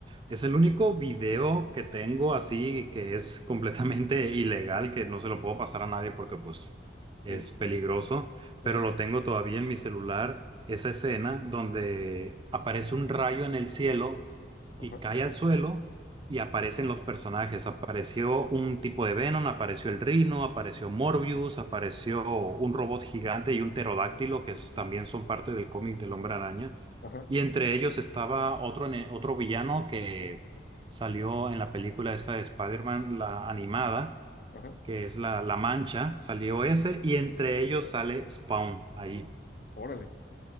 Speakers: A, on the right; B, on the left.
A: es el único video que tengo así que es completamente <laughs> ilegal, que no se lo puedo pasar a nadie porque pues es
B: bien,
A: peligroso,
B: bueno,
A: pero
B: ajá,
A: lo tengo todavía en mi celular, esa escena donde aparece un rayo en el cielo
B: ajá,
A: y cae al suelo y aparecen los personajes. Apareció un tipo de Venom, apareció el Rhino, apareció Morbius, apareció un robot gigante y un pterodáctilo que es- también son parte del cómic del Hombre Araña.
B: ajá,
A: Y entre ellos estaba otro, ne- otro villano que salió en la película esta de Spider-Man, la animada,
B: ajá,
A: que es la, la Mancha, salió ese, y entre ellos sale Spawn ahí.
B: órale,